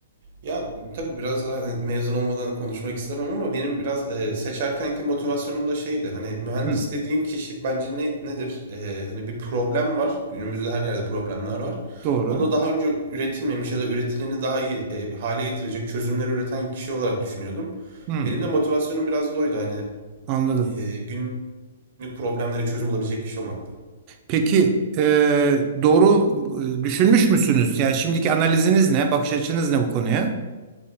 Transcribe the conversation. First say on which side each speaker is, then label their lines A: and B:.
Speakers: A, on the right (about 55°); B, on the right (about 35°).
A: Ya tabii biraz daha hani mezun olmadan konuşmak istemem ama benim biraz e, seçerkenki motivasyonum da şeydi. Hani mühendis
B: Hmm,
A: dediğin kişi bence ne, nedir? E, hani bir problem var. Günümüzde her yerde problemler var.
B: doğru.
A: Onda daha önce üretilmemiş ya da üretileni daha iyi e, hale getirecek çözümler üreten kişi olarak düşünüyordum.
B: Hmm,
A: Benim de motivasyonum biraz da oydu. Hani
B: anladım.
A: e, günlük problemleri çözüm bulabilecek kişi olmaktı.
B: Peki e, doğru e, düşünmüş müsünüz? Yani şimdiki analiziniz ne? Bakış açınız ne bu konuya?